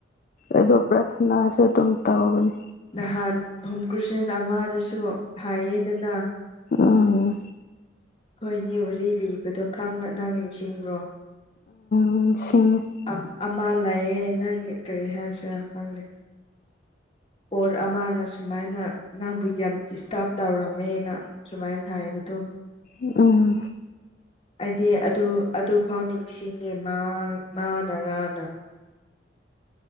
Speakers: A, on the left; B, on the left.
A: ꯑꯗꯣ ꯄ꯭ꯔꯊꯅꯥꯁꯨ ꯑꯗꯨꯝ ꯇꯧꯒꯅꯤ
B: ꯅꯍꯥꯟ ꯍꯣꯝ ꯀ꯭ꯔꯨꯁꯟ ꯑꯃꯥꯗꯁꯨ ꯍꯥꯏꯌꯦꯗꯅ
A: ꯎꯝ
B: ꯈꯣꯏꯅꯤ ꯋꯥꯔꯤ ꯂꯤꯕꯗꯣ ꯈꯪꯕꯔꯥ ꯅꯪ ꯅꯤꯡꯁꯤꯡꯕ꯭ꯔꯣ
A: ꯅꯤꯡꯁꯤꯡꯉꯤ
B: ꯑꯝ ꯑꯃ ꯂꯩꯌꯦ ꯅꯪꯒ ꯀꯔꯤ ꯍꯥꯏꯁꯤꯔꯥ ꯈꯪꯗꯦ꯫ ꯄꯣꯠ ꯑꯃꯅ ꯁꯨꯃꯥꯏꯅ ꯅꯪꯕꯨ ꯌꯥꯝ ꯗꯤꯁꯇꯥꯔꯕ ꯇꯧꯔꯝꯃꯦꯅ꯫ ꯁꯨꯃꯥꯏꯅ ꯊꯥꯏꯕꯗꯣ꯫
A: ꯍꯨꯝ ꯎꯝ꯫
B: ꯑꯩꯗꯤ ꯑꯗꯨ ꯑꯗꯨꯐꯥꯎ ꯅꯤꯡꯁꯤꯡꯉꯦ ꯃꯥ ꯃꯥꯅꯔꯥꯅ꯫